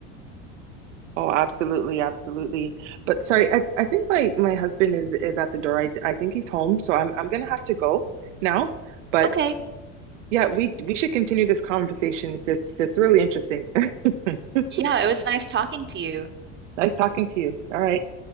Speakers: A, on the right; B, on the right.
A: oh, absolutely, absolutely. But sorry, I, I think my my husband is is at the door. I I think he's home, so I'm I'm gonna have to go now. But
B: Okay.
A: yeah, we we should continue this conversation. It's it's, it's really interesting. <laughs>
B: Yeah, it was nice talking to you.
A: Nice talking to you. All right.